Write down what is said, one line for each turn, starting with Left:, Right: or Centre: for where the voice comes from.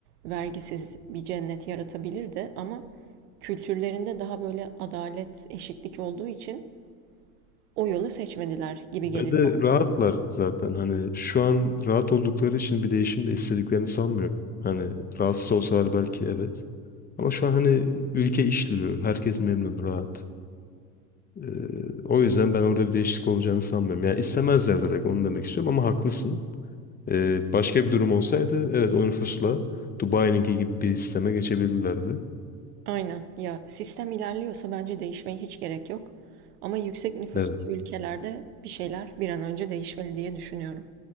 Right: vergisiz bir cennet yaratabilirdi ama kültürlerinde daha böyle adalet, eşitlik olduğu için O yolu seçmediler gibi geliyor
Left: Ve de
Right: bana.
Left: rahatlar zaten hani şu an rahat oldukları için bir değişim de istediklerini sanmıyorum. Hani rahatsız olsalar belki evet. Ama şu an hani ülke işliyor. Herkes memnun, rahat. Ee, o yüzden ben orada bir değişiklik olacağını sanmıyorum. Yani istemezler direkt onu demek istiyorum ama haklısın. Ee, başka bir durum olsaydı evet o nüfusla Dubai'ninki gibi bir sisteme geçebilirlerdi.
Right: Aynen. Ya sistem ilerliyorsa bence değişmeye hiç gerek yok. Ama yüksek nüfuslu
Left: Evet.
Right: ülkelerde bir şeyler bir an önce değişmeli diye düşünüyorum.